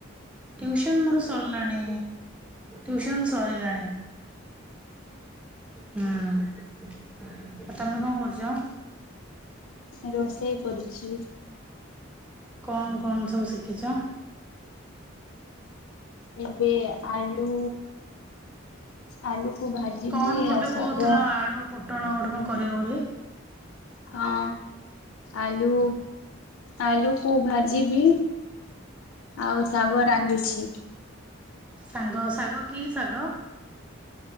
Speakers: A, in the centre; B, on the left.
A: ଟିୟୁସନ ମୋର ସରଲାଣି। ଟିୟୁସନ୍ ସରିଲାଣି। ହୁଁ ଆଉ ତମେ କଣ କରୁଚ?
B: ରୋଷେଇ କରୁଚି।
A: କଣ କଣ ସବୁ ଶିଖିଚ?
B: ଏବେ ଆଳୁ ଆଳୁକୁ ଭାଜିବି
A: କଣ ଗୋଟେ
B: ଆଉ ଶାଗ
A: କହୁଥିଲ ଆଳୁ ପୁଟ କଣ କରିବ ବୋଲି?
B: ହଁ ଆଲୁ ଆଲୁକୁ ଭାଜିବି। ଆଉ ଶାଗ ରାନ୍ଧିଛି।
A: ସାଙ୍ଗ ଶାଗ କି ଶାଗ?